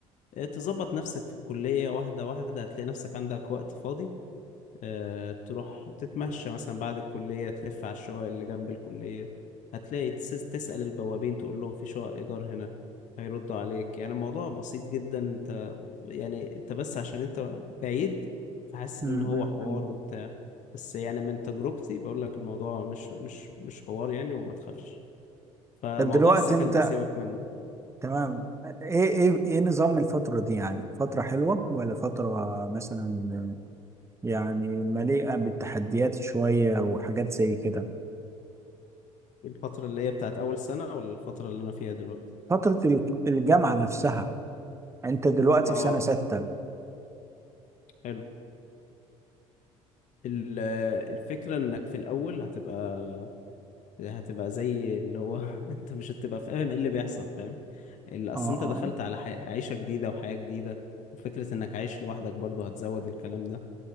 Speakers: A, on the left (about 45°); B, on the right (about 15°).
A: آه، تظبط نفسك في الكلية واحدة واحدة هتلاقي نفسك عندك وقت فاضي آه، تروح تتمشى مثلا بعد الكلية تلف على الشقق اللي جنب الكلية هتلاقي تس- تسأل البوابين تقول لهم في شقق إيجار هنا هيردوا عليك يعني الموضوع بسيط جدا انت يعني انت بس عشان انت بعيد فحاسس
B: م-
A: ان هو
B: م-
A: حوار
B: م.
A: وبتاع بس يعني من تجربتي بقول لك الموضوع مش مش مش حوار يعني وما تخافش فموضوع
B: طب دلوقتي
A: السكن
B: انت
A: ده سيبك منه
B: تمام ايه ايه ايه نظام الفترة دي يعني فترة حلوة ولا فترة مثلا يعني مليئة بالتحديات شوية وحاجات زي كده
A: الفترة اللي هي بتاعت أول سنة ولا الفترة اللي أنا فيها دلوقتي
B: فترة ال- الجامعة نفسها انت دلوقتي
A: اه
B: في سنة ستة
A: حلو ال- الفكرة انك في الأول هتبقى هتبقى زي اللي هو <laughs> انت مش هتبقى فاهم ايه اللي بيحصل فاهم اللي اصل
B: اه
A: انت
B: اه
A: دخلت على حي... عيشة جديدة وحياة جديدة وفكرة انك عايش لوحدك برضو هتزود الكلام ده